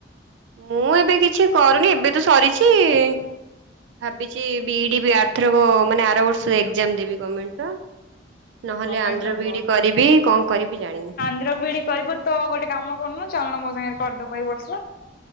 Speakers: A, on the right (about 80°); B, on the left (about 50°).
A: ମୁଁ ଏବେ କିଛି କରୁନି ଏବେତ ସରିଛି ଭାବିଛି କି ବିଡ଼ି ବି ଆରଥରକ ମାନେ ଆର ବର୍ଷ ଏକ୍ଜାମ ଦେବି ଗଣମେଣ୍ଟେର। ନହେଲେ
B: ଗମେଣ୍ଟ
A: ଆନ୍ଧ୍ର
B: ଦବ।
A: ବିଡ଼ି କରିବି କଣ କରିବି ଜାଣିନି।
B: ଆନ୍ଦ୍ରାବିଡ଼ି କରି ତ ଗୋଟେ କାମ କରୁନୁ ଚାଲୁନ ମୋ ସାଙ୍ଗରେ କରିଦବୁ ଏଇ ବର୍ଷ?